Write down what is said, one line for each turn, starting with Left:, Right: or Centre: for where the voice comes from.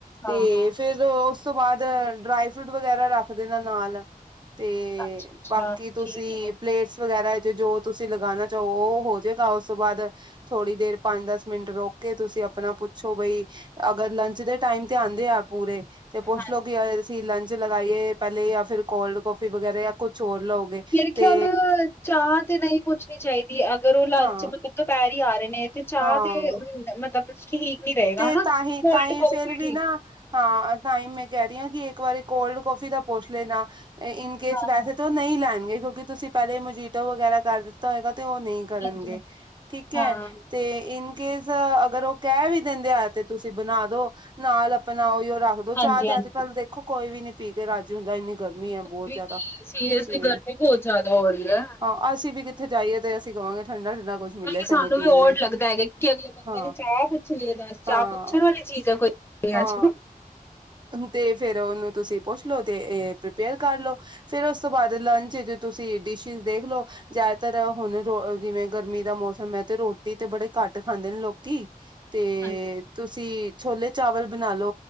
Right: ਤੇ
Left: ਹਾਂ ਹਾਂ
Right: ਫੇਰ ਉਸ ਤੋਂ ਬਾਅਦ ਡਰਾਈ ਫਰੂਟ ਵਗੈਰਾ ਰੱਖ ਦੇਨਾ ਨਾਲ। ਤੇ
Left: ਅੱਛਾ
Right: ਬਾਕੀ
Left: ਅੱਛਾ
Right: ਤੁਸੀਂ
Left: ਠੀਕ ਹੈ
Right: ਪਲੇਟਸ ਵਗੈਰਾ ਤੇ ਜੋ ਤੁਸੀਂ ਲਗਾਉਣਾ ਚਾਹੋ ਉਹ ਹੋਜਏਗਾ, ਉਸ ਤੋਂ ਬਾਅਦ ਥੋੜ੍ਹੀ ਦੇਰ ਪੰਜ, ਦਸ ਮਿੰਟ ਰੁਕ ਕੇ ਤੁਸੀਂ ਆਪਣਾ ਪੁੱਛੋ ਬਈ, ਅਗਰ ਲੰਚ ਦੇ ਟਾਈਮ ਤੇ ਆਉਂਦੇ ਆ ਪੂਰੇ ਤੇ ਪੁੱਛ
Left: ਹਾਂ
Right: ਲੋੋ ਕਿ ਅਸੀਂ ਲੰਚ ਲਗਾਈਏ ਪਹਿਲੇ ਜਾਂ ਫਿਰ ਕੋਲਡ ਕਫੀ ਵਗੈਰਾ ਜਾਂ ਕੁਛ ਹੋਰ ਲਓਗੇ
Left: ਮੇਰੇ
Right: ਤੇ
Left: ਖਿਆਲ ਚਾਹ ਤੇ ਨਹੀਂ ਪੁੱਛਣੀ ਚਾਹੀਦੀ, ਅਗਰ ਉਹ ਲੰਚ
Right: ਹਾਂ
Left: ਮਤਲਬ ਦੁਪਹਿਰ ਵੀ ਆ ਰਹੇ ਨੇ, ਤੇ ਚਾਹ
Right: ਹਾਂ
Left: ਤੇ ਮਤਲਬ ਠੀਕ ਨੀ ਰਹੇਗਾ
Right: ਤੇ
Left: ਹਨਾ
Right: ਤਾਂਹੀ-ਤਾਂਹੀ
Left: ਕੋਲਡ ਕੌਫੀ
Right: ਫੇਰ ਵੀ
Left: ਠੀਕ
Right: ਨਾ, ਹਾਂ ਤਾਂਹੀ ਮੈਂ ਕਹਿ ਰਹੀ ਹਾਂ ਕਿ ਇੱਕ ਵਾਰੀ ਕੋਲਡ ਕੋਫੀ ਦਾ ਪੁੱਛ ਲੈਣਾ, ਏ ਇਨਕੇਸ
Left: ਹਾਂ
Right: ਵੈਸੇ ਤੋਂ ਉਹ ਨਹੀਂ ਲੈਣਗੇ। ਕਿਉਂਕਿ ਤੁਸੀਂ ਪਹਿਲੇ ਮੋਜੀਟੋ ਵਗੈਰਾ ਕਰ ਦਿੱਤਾ ਹੋਏਗਾ। ਤੇ ਉਹ ਨਹੀਂ ਕਰਨਗੇ,
Left: ਹਾਂਜੀ
Right: ਠੀਕ ਹੈ,
Left: ਹਾਂ
Right: ਤੇ ਇਨ ਕੇਸ ਅਗਰ ਉਹ ਕਹਿ ਵੀ ਦਿੰਦੇ ਆ ਤੇ ਤੁਸੀਂ ਬਣਾ ਦੋ, ਨਾਲ ਆਪਣਾ ਉਹੀਓ ਰੱਖ ਦੋ, ਚਾਹ
Left: ਹਾਂਜੀ
Right: ਤੇ
Left: ਹਾਂਜੀ
Right: ਅੱਜ ਕੱਲ ਦੇਖੋ ਕੋਈ ਵੀ ਨੀ ਪੀ ਕੇ ਰਾਜੀ ਹੁੰਦਾ ਇੰਨੀ ਗਰਮੀ ਹੈ ਬਹੁਤ
Left: ਕਿਉਂਕਿ
Right: ਜ਼ਿਆਦਾ,
Left: ਸੀਰੀਅਸਲੀ
Right: ਤੇ
Left: ਗਰਮੀ ਬਹੁਤ ਜ਼ਿਆਦਾ ਹੋ ਰਹੀ ਹੈ।
Right: ਹਾਂ ਅਸੀਂ ਵੀ ਕਿ ਉੱਥੇ ਜਾਈਏ ਤੇ ਅਸੀਂ ਕਵਾਂਗੇ
Left: ਹਾਂ,
Right: ਠੰਡਾ-ਠੰਡਾ ਕੁਛ
Left: ਬਲਕਿ
Right: ਮਿਲੇ ਸਾਨੂੰ ਪੀਣ
Left: ਵੀ ਔਡ
Right: ਲਈ।
Left: ਲੱਗਦਾ ਹੈਗਾ ਕਿ ਅਗਲੇ ਬੰਦੇ
Right: ਹਾਂ।
Left: ਨੇ ਚਾਹ ਪੁੱਛ ਲਈਏ ਦੱਸ ਚਾਹ
Right: ਹਾਂ,
Left: ਪੁੱਛਣ ਵਾਲੀ ਚੀਜ਼ ਹੈ ਕੋਈ
Right: ਹਾਂ
Left: ਅੱਜ ਹਾਂਜੀ
Right: ਤੇ ਫਿਰ ਉਹਨੂੰ ਤੁਸੀਂ ਪੁੱਛ ਲੋ ਤੇ ਇਹ ਪ੍ਰੀਪੇਅਰ ਕਰ ਲੋ, ਫੇਰ ਉਸ ਤੋਂ ਬਾਅਦ ਲੰਚ ਚ ਤੁਸੀਂ ਡਿਸ਼ਿਸ਼ ਦੇਖ ਲਓ, ਜਾਂ ਜਿਆਦਾਤਰ ਹੁਣ ਰ ਜਿਵੇਂ ਗਰਮੀ ਦਾ ਮੌਸਮ ਹੈ, ਤੇ ਰੋਟੀ ਤੇ ਬੜੇ ਘੱਟ ਖਾਂਦੇ ਨੇ ਲੋਕੀ। ਤੇ
Left: ਹਾਂਜੀ
Right: ਤੁਸੀਂ ਛੋਲੇ ਚਾਵਲ ਬਣਾ ਲੋ